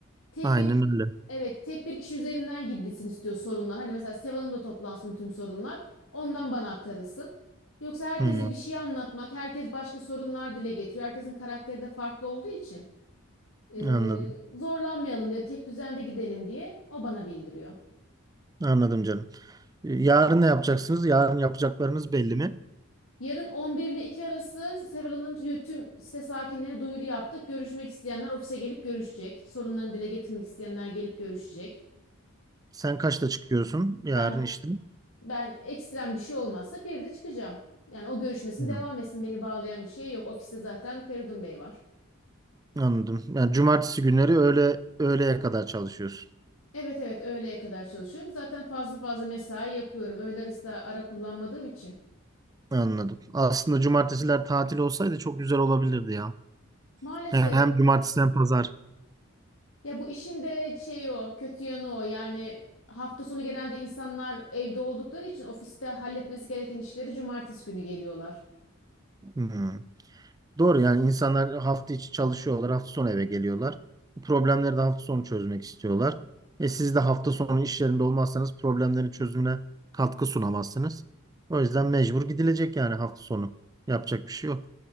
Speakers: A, on the left; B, on the right.
A: Tek
B: Aynen
A: bir
B: öyle.
A: Evet, tek bir kişi üzerinden gidilsin istiyor sorunlar. Hani mesela Seval Hanım'da toplansın tüm sorunlar. Ondan bana aktarılsın. Yoksa herkese
B: Hı,
A: bir şey anlatmak, herkes başka sorunlar dile getiriyor. Herkesin karakteri de farklı olduğu için eee,
B: anladım.
A: zorlanmayalım diye, tek düzende gidelim diye o bana bildiriyor.
B: Anladım canım. E, Yarın ne yapacaksınız? Yarın yapacaklarınız belli mi?
A: Yarın 11 ile 2 arası Seval Hanım y- tüm site sakinlerine duyuru yaptık. Görüşmek isteyenler ofise gelip görüşecek. Sorunlarını dile getirmek isteyenler gelip görüşecek.
B: Sen kaçta çıkıyorsun yarın
A: Ben
B: işte?
A: ben ekstrem bir şey olmazsa bir de çıkacağım. Yani o görüşmesin
B: Hı,
A: devam etsin beni bağlayan bir şey yok. Ofiste zaten Feridun Bey var.
B: anladım. Yani cumartesi günleri öğle öğleye kadar çalışıyorsun.
A: Evet evet öğleye kadar çalışıyorum. Zaten fazla fazla mesai yapıyorum. Öğle arası da ara kullanmadığım için.
B: Anladım. Aslında cumartesiler tatil olsaydı çok güzel olabilirdi ya.
A: Maalesef
B: Yani Hem cumartesi hem pazar.
A: Ya bu işin de şey o, kötü yanı o. Yani hafta sonu genelde insanlar evde oldukları için ofiste halletmesi gereken işleri cumartesi günü geliyorlar.
B: Hmm. Doğru yani insanlar hafta içi çalışıyorlar, hafta sonu eve geliyorlar. Problemleri de hafta sonu çözmek istiyorlar. E siz de hafta sonu iş yerinde olmazsanız problemlerin çözümüne katkı sunamazsınız. O yüzden mecbur gidilecek yani hafta sonu. Yapacak bir şey yok.